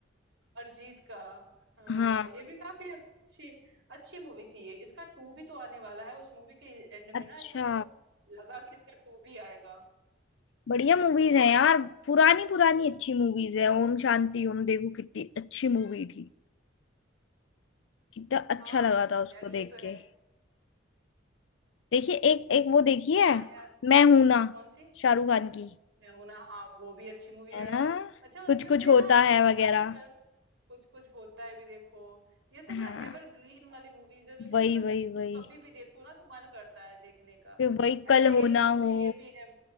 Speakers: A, on the right (about 70°); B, on the left (about 75°).
A: अरिजीत का हाँ
B: हाँ
A: ये भी काफी अच्छी अच्छी मूवी थी ये इसका टू भी तो आने वाला है उस मूवी के एंड में
B: अच्छा
A: ना ऐसा तो लगा कि इसका टू भी आएगा
B: बढ़िया
A: हाँ
B: मूवीज
A: तो वो
B: हैं
A: आएगा
B: यार पुरानी पुरानी अच्छी मूवीज है ओम शांति ओम देखो कितनी अच्छी मूवी थी कितना अच्छा
A: हाँ
B: लगा
A: या-
B: था उसको
A: यार ये
B: देख
A: तो
B: के
A: है
B: देखिए एक एक वो देखिए
A: हाँ यार
B: मैं हूं
A: हाँ
B: ना
A: कौन सी
B: शाहरुख खान की
A: मैं हूं ना हाँ वो भी अच्छी मूवी
B: है
A: है यार
B: ना
A: अच्छा उसमें
B: कुछ कुछ
A: कोई
B: होता
A: ना ऐसे
B: है
A: पता
B: वगैरह
A: नहीं कर कुछ कुछ होता है भी देखो ये सब
B: हाँ
A: ना एवरग्रीन वाली मूवीज है जो कि
B: वही
A: मतलब
B: वही वही
A: कभी भी देखो ना तो मन करता है देखने का
B: फिर वही कल
A: ऐसे
B: होना
A: एक मूवी
B: हो
A: ये भी है